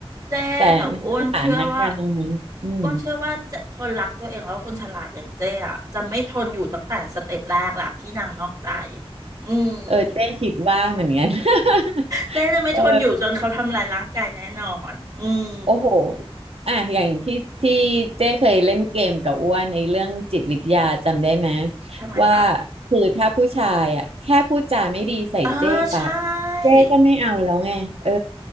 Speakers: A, on the right (about 35°); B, on the right (about 75°).
A: เจ๊แต่อ้วนเชื่อว่า
B: แต่ในสถานการณ์ตรงนั้นอืม
A: อ้วนเชื่อว่าเจ๊คนรักตัวเองแล้วคนฉลาดอย่างเจ๊อะจะไม่ทนอยู่ตั้งแต่สเต็ปแรกล่ะที่นางนอกใจอืม
B: เออเจ้คิดว่าเหมือนกัน <laughs>
A: เจ๊จะไม่ทนอยู่จนเขาทำลายร่างกายแน่นอนอืม
B: เออ โอ้โหอ่ะอย่างที่ที่เจ้เคยเล่นเกมกับอ้วนในเรื่องจิตวิทยาจำได้ไหม
A: ทำไมคะ
B: ว่าคือถ้าผู้ชายอ่ะแค่พูดจาไม่ดีใส่เจ้ปั๊บ
A: อ่าใช่
B: เจ้ก็ไม่เอาแล้วไงเออ